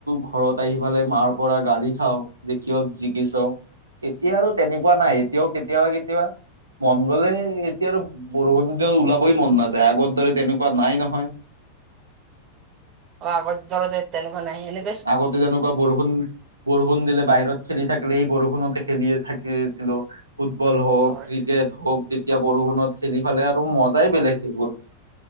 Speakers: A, on the right; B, on the right.
A: ঘৰত আহি ফালে মাৰ পৰা গালি খাও যে কিয় জিকিছ এতিয়া আৰু তেনেকুৱা নাই এতিয়াও কেতিয়াবা কেতিয়াবা মন গ'লে এতিয়া আৰু বৰষুণ দিলে উলাবলে মন নাযায়। আগৰ দৰে তেনেকুৱা নাই নহয়।
B: অ আগৰ ধৰণে তেনেকুৱা নাই এনে
A: আগতে যেনেকুৱা বৰষুণ বৰষুণ দিলে বাহিৰত খেলি থাকিলে এই বৰষুণতে খেলি থাকিছিলো। ফুটবল
B: এতিয়া
A: হওঁক,
B: হয়
A: ক্ৰিকেট হওঁক তেতিয়া বৰষুণত খেলি ফালে আৰু মজাই বেলেগ সেইবোৰ।